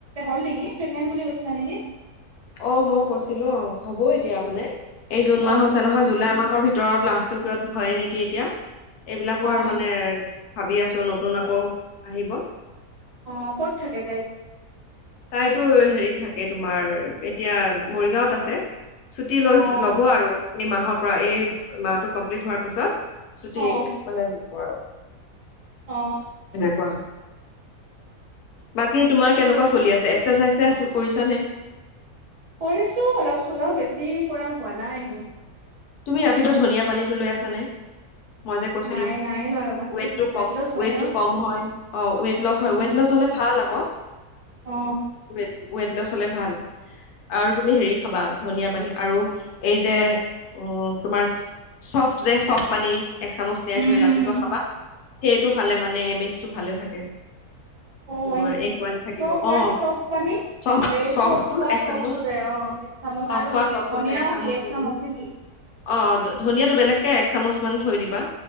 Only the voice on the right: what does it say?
হ'ল নেকি প্ৰেগনেন্ট বুলি কৈছিলা নেকি?
অ
অ
অ, ক'ত থাকে তাই?
অ
অ
অ',
ঠিকে
কৰিছোঁ অলপ চলপ বেছি কৰা হোৱা নাই।
নাই নাই লোৱা ৰ'বা সেইটো
ৱেট
লছ হয়
ন
উম
অ
উম
হম
অ
হয় নেকি
চফ
আৰু চফ পানী
এই
চফ খোৱা
চফ
যে অ এক চামুচ
আৰু
ধনিয়াও
কি
চামুচ নেকি